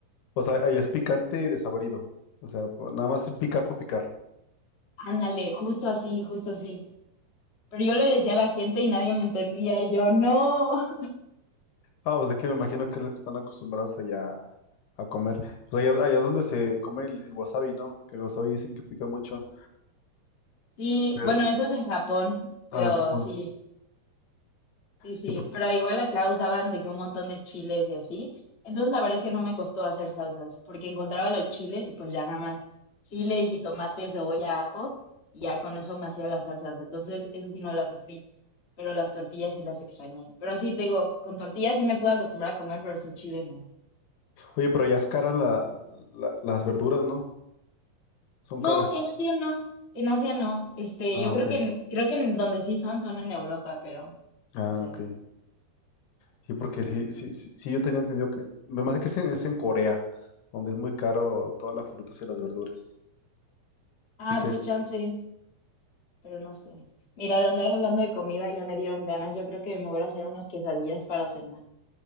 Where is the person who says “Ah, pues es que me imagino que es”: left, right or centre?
Left